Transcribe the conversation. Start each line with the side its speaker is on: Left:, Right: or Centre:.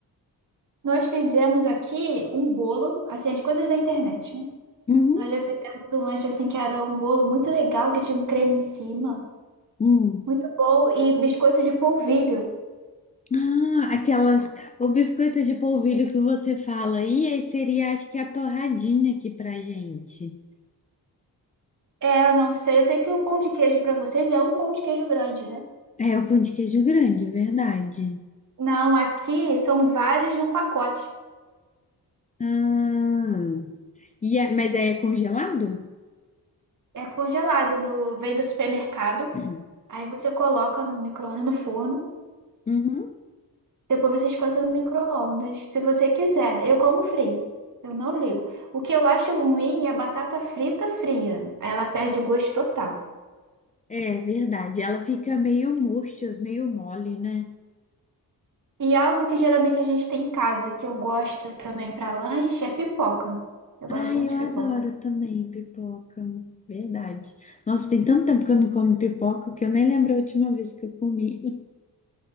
Right: Nós fizemos aqui um bolo, assim, as coisas da internet, né?
Left: Uhum.
Right: Nós já fizemos um lanche assim que era um bolo muito legal, que tinha um creme em cima.
Left: Hum.
Right: Muito bom, e biscoito de polvilho.
Left: Ah, aquelas, o biscoito de polvilho que você fala aí, aí seria acho que a torradinha aqui pra gente.
Right: É, eu não sei. Eu sei que o pão de queijo para vocês é um pão de queijo grande, né?
Left: É o pão de queijo grande, verdade.
Right: Não, aqui são vários num pacote.
Left: Ah, e é- mas aí é congelado?
Right: É congelado, no... vem do supermercado.
Left: <clears throat>
Right: Aí você coloca no micro-ondas, no forno.
Left: Uhum.
Right: Depois você esquenta no micro-ondas, se você quiser. Eu como frio. Eu não ligo. O que eu acho ruim é a batata frita fria. Ela perde o gosto total.
Left: É verdade, ela fica meio murcha, meio mole, né?
Right: E algo que geralmente a gente tem em casa, que eu gosto também para lanche, é pipoca. Eu
Left: Ai,
Right: gosto muito
Left: eu
Right: de
Left: adoro
Right: pipoca.
Left: também pipoca. Verdade. Nossa, tem tanto tempo que eu não como pipoca que eu nem lembro a última vez que eu comi. <laughs>